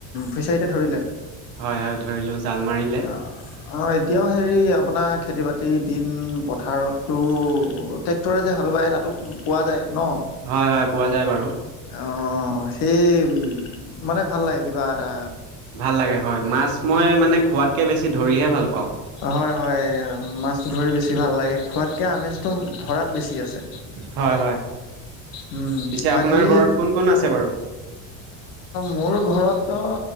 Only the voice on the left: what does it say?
ফিচাৰিটো ধৰিলে?
অ। অ এতিয়াও হেৰি আপোনাৰ খেতি বাতিৰ দিন পথাৰতো ট্ৰে টৰে যে হাল বায় তাতো পোৱা যায় ন।
অ সেই মানে ভাল লাগে কিবা এটা।
হয় হয় মাছতটো ধৰি বেছি ভাল লাগে। খোৱাতকে আমেজটো ধৰাত বেছি আছে।
উম
বাকী
মোৰ ঘৰতো